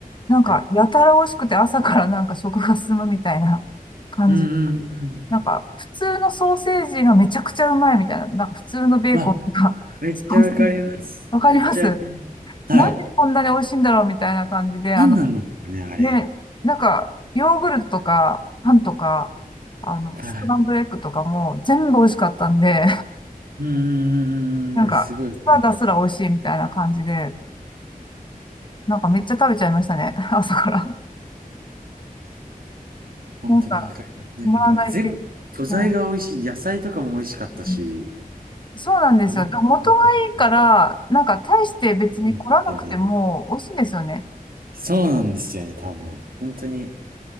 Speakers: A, on the left; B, on the right.
A: なんか、
B: はい。
A: やたら美味しくて朝からなんか食が進むみたいな感じで、
B: うんうんうんうん。
A: なんか、普通のソーセージがめちゃくちゃうまいみたいな、なんか普通のベーコンとか、
B: あ
A: <laughs>
B: めっちゃわかります。
A: ソーセージわかります
B: めっちゃわかります。はい。
A: なんでこんなに美味しいんだろうみたいな感じで、
B: 何なんですかね、
A: あ
B: あれ。
A: ね、なんか、ヨーグルトとか、パンとか、あの、
B: はい。
A: スクランブルエッグとかも全部美味しかったんで、
B: うーん、
A: <laughs> なんん。か、
B: すごいわかります。
A: サラダすら美味しいみたいな感じで、なんかめっちゃ食べちゃいましたね、<laughs> 朝から。
B: 本当にわかります。
A: なんか、
B: なんか、
A: 止まらないって、
B: 全部、素材が美味しい。
A: うん
B: 野菜とかも美味しかったし、
A: うんそうなんですよ。
B: お肉も美味しい
A: だから元がいいから、なんか大して別に凝らなくても美味しいんですよね。
B: んですよね。そうなんですよね、多分。本当に、